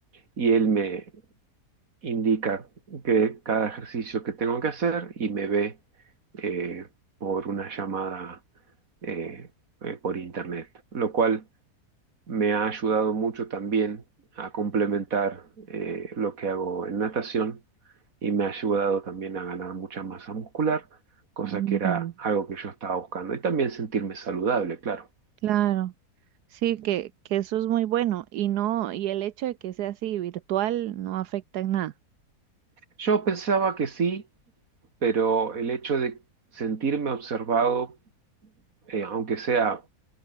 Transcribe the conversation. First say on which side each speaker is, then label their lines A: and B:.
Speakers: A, on the right (about 60°); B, on the right (about 85°).
A: y él me indica que cada ejercicio que tengo que hacer y me ve eh, por una llamada eh, eh, por internet, lo cual me ha ayudado mucho también a complementar eh, lo que hago en natación y me ha ayudado también a ganar mucha masa muscular, cosa
B: ujú.
A: que era algo que yo estaba buscando. Y también sentirme saludable, claro.
B: Claro, sí, que, que eso es muy bueno y no, y el hecho de que sea así virtual no afecta en nada.
A: Yo pensaba que sí, pero el hecho de sentirme observado, eh, aunque sea